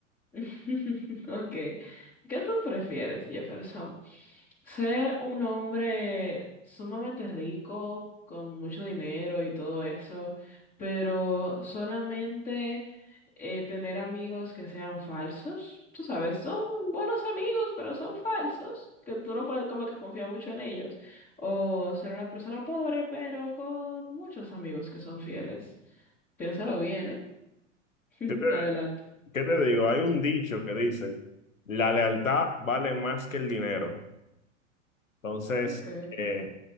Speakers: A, on the left; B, on the left.
A: <laughs> Ok. ¿Qué tú prefieres, Jefferson? Ser un hombre sumamente rico, con mucho dinero y todo eso, pero solamente eh, tener amigos que sean falsos. Tú sabes, son buenos amigos, pero son falsos, que tú no puedes como que confiar mucho en ellos. O ser una persona pobre, pero con muchos amigos que son fieles. Piénsalo bien, ¿eh? <laughs>
B: ¿Qué te,
A: Adelante.
B: qué te digo? Hay un dicho que dice, la lealtad vale más que el dinero. Entonces,
A: Ok.
B: eh,